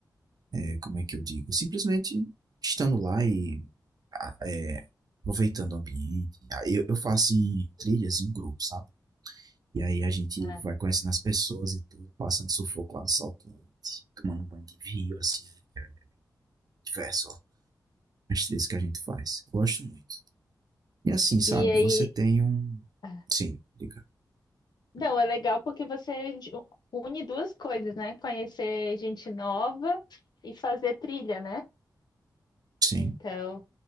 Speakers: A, on the right; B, on the left.
A: é, como é que eu digo, simplesmente estando lá e ah, é, aproveitando o ambiente. Ah, Eu, eu faço em trilhas em um grupo, sabe? E aí a gente
B: Ah,
A: vai conhecendo as pessoas e tudo, passando sufoco lá no sol quente, tomando um banho de rio, assim, é, diverso, ó, as trilhas que a gente faz. Eu gosto muito. E assim, sabe,
B: E aí,
A: você tem um...
B: ah,
A: Sim, diga.
B: não, é legal porque você ju- une duas coisas, né? Conhecer gente nova e fazer trilha, né?
A: Sim,
B: Então,